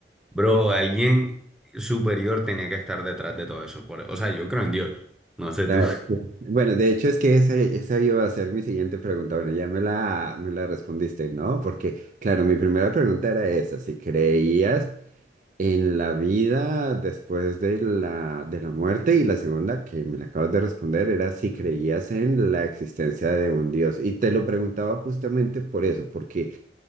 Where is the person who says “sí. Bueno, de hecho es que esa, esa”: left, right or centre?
Right